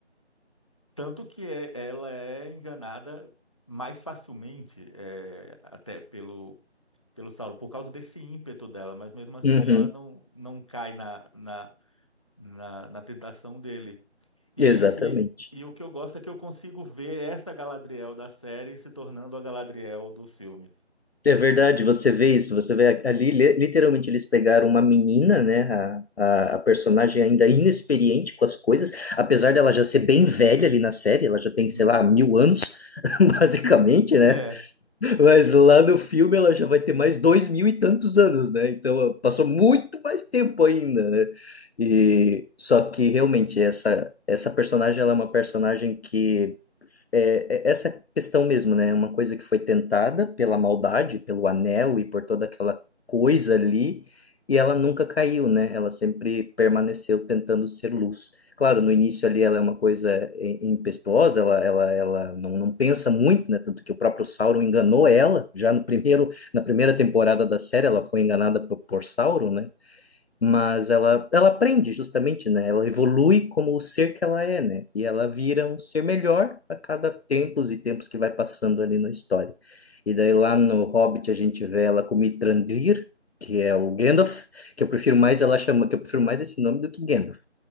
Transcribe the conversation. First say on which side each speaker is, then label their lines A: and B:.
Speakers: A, on the left; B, on the left.
A: Tanto que é- ela é enganada mais facilmente, é, até pelo, pelo Sauron, por causa desse ímpeto dela, mas mesmo assim
B: Uhum.
A: ela não, não cai na, na, na, na tentação dele. E,
B: Exatamente.
A: e, e o que eu gosto é que eu consigo ver essa Galadriel da série se tornando a Galadriel do filme.
B: É verdade, você vê isso, você vê a- ali, li- literalmente, eles pegaram uma menina, né? A, a, a personagem ainda inexperiente com as coisas, apesar dela já ser bem velha ali na série, ela já tem,
A: Uhum.
B: sei lá, mil
A: <laughs>
B: anos, <laughs> basicamente, né?
A: É,
B: Mas lá no filme ela já vai ter mais dois mil e tantos anos, né? Então ela passou muito mais tempo ainda, né? E só que realmente essa essa personagem ela é uma personagem que é, é essa questão mesmo, né? Uma coisa que foi tentada pela maldade, pelo anel e por toda aquela coisa ali, e ela nunca caiu, né? Ela sempre permaneceu tentando ser luz. Claro, no início ali ela é uma coisa i- impetuosa, ela, ela, ela não, não pensa muito, né? Tanto que o próprio Sauron enganou ela, já no primeiro, na primeira temporada da série ela foi enganada por, por Sauron, né? Mas ela, ela aprende justamente, né? Ela evolui como o ser que ela é, né? E ela vira um ser melhor a cada tempos e tempos que vai passando ali na história. E daí lá no Hobbit a gente vê ela com Mithrandir, que é o Gandalf, que eu prefiro mais ela chama, que eu prefiro mais esse nome do que Gandalf.